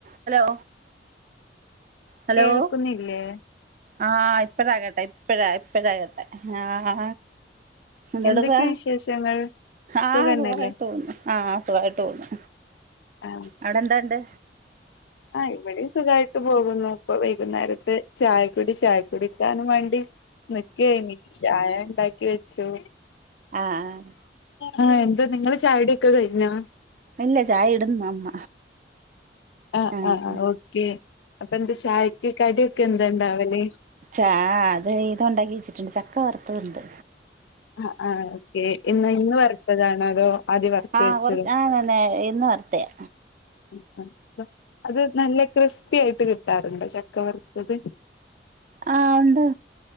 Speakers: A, on the right; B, on the left.
A: Hello hello
B: കേൾക്കുന്നില്ലേ
A: ആ ഇപ്പഴാ കേട്ടാ ഇപ്പഴാ പ്പെയാ കേട്ടെ ഹാ ആ എന്തെടുക്കാ
B: എന്തൊക്കെ വിശേഷങ്ങൾ
A: ആ
B: സുഖന്നല്ലേ
A: സുഖായിട്ട് പോകുന്നു ആ സുഖായിട്ട് പോകുന്നു
B: ആ
A: അവിടെ എന്താണ്ട്
B: ആ ഇവിടെയും സുഖയിട്ട് പോകുന്നു ഇപ്പൊ വൈകുന്നേരത്തെ ചായ കുടി ചായ കുടിക്കാനും വേണ്ടി നികേനി ചായ ഇണ്ടാ <unintelligible> വെച്ചോ
A: ആ ആ
B: ആ എന്താ നിങ്ങള് ചായകുടിയൊക്കെ കഴിഞ്ഞാ
A: ഇല്ല ചായ ഇടുന്ന് അമ്മ
B: അ
A: ആഹ്
B: അ അ ഓക്കേ അപ്പൊ എന്ത് ചായക്ക് കടിയൊക്കെ എന്താ ഇണ്ടാവല്
A: ചാ അത് ഇത് ഒണ്ടാക്കി വെച്ചിട്ടുണ്ട് ച ക്കവർത്തതൊണ്ട്
B: ആ ആ ഓക്കെ ഇന്ന് ഇന്ന് വറുത്തതാണോ അതോ ആദ്യം വറുത്ത്
A: ആഹ്
B: വെച്ചത്
A: കൊറച്ച് ആഹ് നേ ഇന്ന് വറത്തയാ
B: <unintelligible> അത് നല്ല ക്രിസ് ത്തിയായിട്ട് കിട്ടാറ്ണ്ട് ചക്ക വറുത്തത്
A: ആ ഉണ്ട്